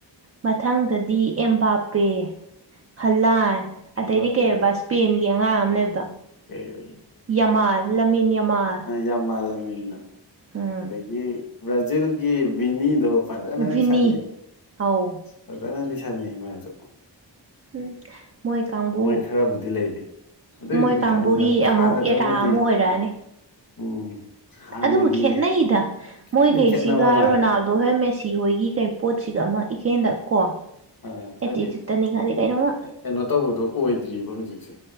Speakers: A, on the right; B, on the left.
A: ꯃꯊꯪꯗꯗꯤ ꯑꯦꯝꯕꯥꯄꯦ ꯍꯂꯥꯟ ꯑꯗꯩꯗꯤ
B: ꯕꯥꯄꯦ
A: ꯀꯩꯕ ꯏꯁꯄꯦꯟꯒꯤ ꯑꯉꯥꯡ ꯑꯃ ꯂꯩꯕꯗꯣ
B: ꯎ
A: ꯌꯥꯃꯥꯜ ꯂꯃꯤꯟ ꯌꯥꯃꯥꯜ
B: ꯌꯥꯝ ꯂꯃꯤꯟꯅ
A: ꯎꯝ
B: ꯑꯗꯒꯤ ꯕ꯭ꯔꯥꯖꯤꯜꯒꯤ ꯕꯤꯅꯤꯗꯣ ꯐꯖꯅꯗꯤ
A: ꯚꯤꯅꯤ
B: ꯁꯥꯟꯅꯩ
A: ꯑꯧ
B: ꯐꯖꯅꯗꯤ ꯁꯥꯟꯅꯩ ꯃꯁꯨ
A: ꯎꯝ ꯃꯣꯏ ꯀꯥꯡꯕꯨ
B: ꯃꯣꯏ ꯈꯔꯕꯨꯗꯤ ꯂꯩꯔꯤ ꯑꯗꯨꯏꯁꯨ
A: ꯃꯣꯏ ꯀꯥꯡꯕꯨꯒꯤ
B: ꯌꯥꯝꯅ
A: ꯑꯃꯨꯛ
B: ꯍꯥꯟꯅꯗꯧꯅꯗꯤ
A: ꯑꯦꯔꯥ ꯑꯃ ꯑꯣꯏꯔꯛꯑꯅꯤ
B: ꯎꯝ ꯍꯥꯟꯅꯒꯤ
A: ꯑꯗꯨꯕꯨ ꯈꯦꯅꯩꯗ
B: ꯈꯔꯗꯤ
A: ꯃꯣꯏꯒꯩꯁꯤꯒ
B: ꯈꯦꯠꯅꯕ ꯃꯥꯜꯂꯦ
A: ꯔꯣꯅꯥꯜ ꯑꯗꯣ ꯍꯣꯏ ꯃꯦꯁꯤ ꯍꯣꯏꯒꯤ ꯀꯩ ꯄꯣꯠꯁꯤꯒ ꯑꯃ ꯏꯀꯦꯟꯗ ꯀꯣ
B: ꯑ
A: ꯑꯦꯠꯇꯤꯇꯨꯏꯠꯇꯅꯤ
B: ꯍꯥꯏꯗꯤ
A: ꯈꯪꯗꯦ ꯀꯩꯏꯅꯣꯝꯃ
B: ꯀꯩꯅꯣ ꯇꯧꯕꯗꯣ ꯑꯣꯏꯗ꯭ꯔꯤꯕ ꯍꯧꯖꯤꯛꯁꯦ